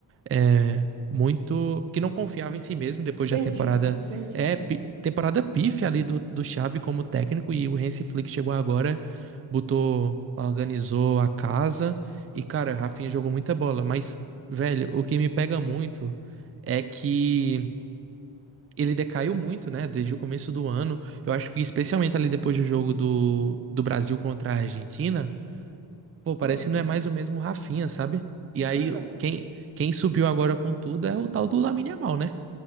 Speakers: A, on the right; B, on the right.
A: é, muito que não confiava em si mesmo depois
B: Perdido,
A: da temporada
B: perdido,
A: é
B: né?
A: pi- temporada pífia ali do, do Xavi como técnico e o Hansi Flick chegou agora, botou, organizou a casa e cara, Rafinha jogou muita bola, mas velho, o que me pega muito é que ele decaiu muito, né, desde o começo do ano. Eu acho que especialmente ali depois do jogo do, do Brasil contra a Argentina, Pô, parece
B: Hum,
A: que não é mais o mesmo Rafinha, sabe? E aí,
B: cara,
A: quem, quem subiu agora com tudo é o tal do Lamine Yamal, né?